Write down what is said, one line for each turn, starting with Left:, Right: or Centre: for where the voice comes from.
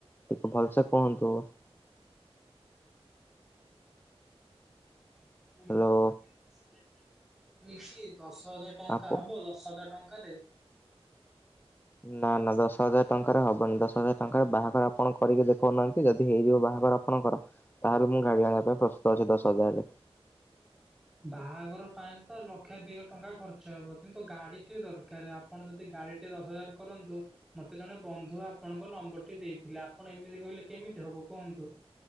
Left: ଟିକେ ଭଲସେ କୁହନ୍ତୁ।
Centre: ମୁଁ
Left: ହ୍ୟାଲୋ
Centre: କହୁଥିଲି କି ଦଶ ହଜାର ଟଙ୍କା <inaudible> ଦଶ ହଜାର ଟଙ୍କା
Left: ଆପ
Centre: ହବ ଦଶ ହଜାର ଟଙ୍କାରେ
Left: ନା ନା ଦଶ ହଜାର ଟଙ୍କାରେ ହବନି ଦଶ ହଜାର ଟଙ୍କାରେ ବାହାଘର ଆପଣ କରିକି ଦେଖଉନାହାନ୍ତି ଯଦି ହେଇଯିବ ବାହାଘର ଆପଣଙ୍କର ତାହେଲେ ମୁଁ ଗାଡି ଆଣିବା ପାଇଁ ପ୍ରସ୍ତୁତ ଅଛି ଦଶ ହଜାରରେ।
Centre: ବାହାଘର ପାଇଁ ତ ଲକ୍ଷେ ଦୁଇ ଟଙ୍କା ଖର୍ଚ୍ଚ ହେବ କିନ୍ତୁ ଗାଡ଼ିଟି ଦରକାର ଆ ଆପଣ ଯଦି ଗାଡ଼ିଟେ ଦଶ ହଜାର କରନ୍ତୁ ମୋତେ ଜଣେ ବନ୍ଧୁ ଆପଣଙ୍କ ନମ୍ବରଟି ଦେଇଥିଲେ ଆପଣ ଏମିତି କହିଲେ କେମିତି ହବ କୁହନ୍ତୁ।